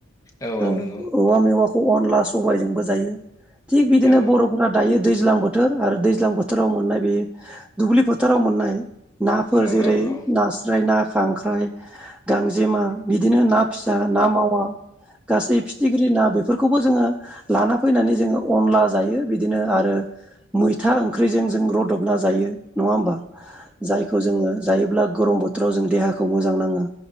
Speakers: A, on the left; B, in the centre.
A: औ औ
B: ओ
A: नंगौ
B: औवा मेवाखौ। अनला सबायजोंबो जायो थिग बिदिनो
A: औ
B: बर'फोरा दायो दैज्लां बोथ थोर आरो दैज्लां बोथोराव मोननाय बे दुब्लि फोथाराव मोननाय। नाफोर
A: औ
B: जेरै
A: औ औ
B: नास्राय ना खांख्राइ। गांजेमा बिदिनो ना फिसा, ना मावा गासै फिथिख्रि ना बेफोरखौबो जोङो लाना फैनानै जोङो अनला जायो बिदिनो आरो मैथा ओं। ख्रिजों जों रदबना जायो नङा होमबा जायखौ जोङो जायोब्ला। गरम बोथोराव जों देहाखौ मोजां नाङो।